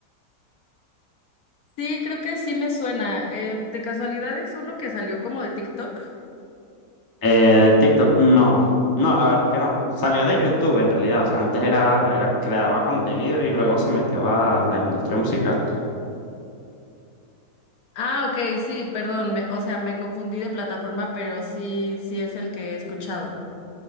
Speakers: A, on the left; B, on the left.
A: Sí, creo que sí me suena. Eh, ¿de casualidad es uno que salió como de TikTok?
B: Eh, ¿de TikTok? No, no, la verdad es que no. Salió de YouTube en realidad. O sea, antes era, era, creaba contenido y luego se metió a la industria musical.
A: Ah, ok, sí, perdón, me- o sea, me confundí de plataforma, pero sí, sí es el que he escuchado.